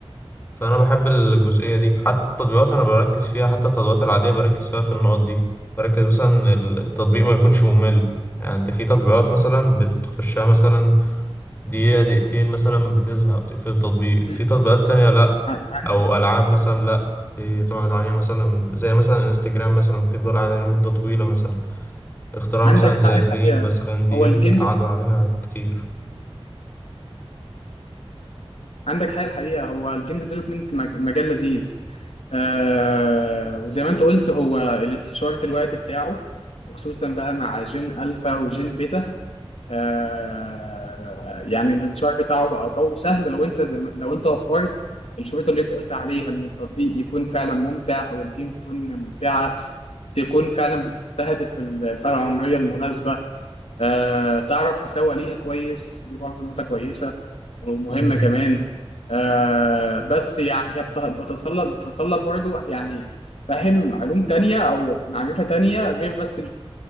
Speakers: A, on the left; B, on the left.
A: فانا بحب الجزئيه دي حتى التطبيقات انا بركز فيها حتى التطبيقات العاديه بركز فيها في النقط دي بركز مثلا التطبيق ما يكونش ممل يعني انت في تطبيقات مثلا بتخشها مثلا دقيقه دقيقتين مثلا بتزهق تقفل التطبيق في
B: مم.
A: تطبيقات تانية لا
B: ع- عن-
A: او العاب مثلا لا تقعد عليها مثلا زي مثلا الانستجرام مثلا بتفضل قاعد عليها مده طويله مثلا اختراع
B: عندك
A: مثلا زي
B: حق الحقيقه
A: الريل مثلا دي
B: هو الجيم
A: قعدوا عليها كتير
B: عندك حاجة الحقيقة هو الجيم ديفلوبمنت مجال لذيذ آه وزي ما انت قلت هو الانتشار دلوقتي بتاعه وخصوصا بقى مع جين ألفا وجين بيتا آه يعني الانتشار بتاعه بقى قوي وسهل لو انت زي ما لو انت وفرت الشروط اللي انت قلت عليها ان التطبيق يكون فعلا ممتع او الجيم تكون ممتعة تكون فعلا بتستهدف الفئة العمرية المناسبة آه، تعرف تسوق ليها كويس دي برضه نقطة كويسة ومهمة
A: مم.
B: كمان آه، بس يعني هي بت- بتتطلب بتتطلب برضه يعني فهم علوم تانية أو معرفة تانية غير بس ال...